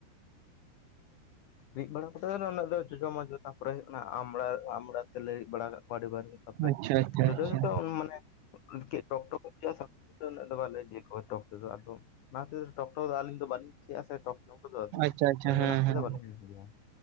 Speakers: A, on the left; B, on the right.
A: ᱨᱤᱫ ᱵᱟᱲᱟ ᱠᱟᱛᱮ ᱚᱱᱟ ᱫᱚ ᱡᱚᱡᱚ ᱢᱟᱡᱳ ᱯᱚᱨᱮ ᱦᱩᱭᱩᱜ ᱠᱟᱱᱟ ᱟᱢᱲᱟ ᱟᱢᱲᱟ ᱛᱮᱞᱮ ᱨᱤᱫ ᱵᱟᱲᱟ ᱠᱟᱜ ᱠᱚᱣᱟ ᱟᱹᱰᱤ ᱵᱟᱨ ᱛᱟᱯᱚᱨᱮ
B: ᱟᱪᱪᱷᱟ ᱟᱪᱪᱷᱟ
A: ᱡᱚᱡᱚ
B: ᱟᱪᱪᱷᱟ
A: ᱛᱮᱫᱚ ᱢᱟᱱᱮ <inaudible> ᱴᱚᱠ ᱴᱚᱠ ᱵᱩᱡᱷᱟ. ᱜ ᱟᱥᱮ ᱚᱱᱟ ᱠᱷᱟᱹᱛᱤᱨ ᱩᱱᱟ. ᱜ ᱫᱚ ᱵᱟᱞᱮ ᱤᱭᱟ. ᱠᱚᱣᱟ ᱴᱚᱠ ᱛᱮᱫᱚ ᱟᱫᱚ ᱚᱱᱟ ᱠᱷᱟᱹᱛᱤᱨ ᱴᱚᱠ ᱴᱚᱠ ᱟᱞᱤᱧ ᱫᱚ ᱵᱟᱞᱤᱧ ᱠᱩᱥᱤ ᱟ ᱥᱮ ᱴᱚᱠ ᱡᱚᱢ ᱠᱚᱫᱚ ᱟᱫᱚ
B: ᱟᱪᱪᱷᱟ ᱟᱪᱪᱷᱟ
A: ᱚᱱᱟ ᱫᱚ
B: ᱦᱮᱸ
A: ᱚᱱᱟ ᱠᱷᱟᱹᱛᱤᱨ
B: ᱦᱮᱸ
A: ᱛᱮ ᱵᱟᱹᱞᱤᱧ ᱤᱫᱤᱭᱟ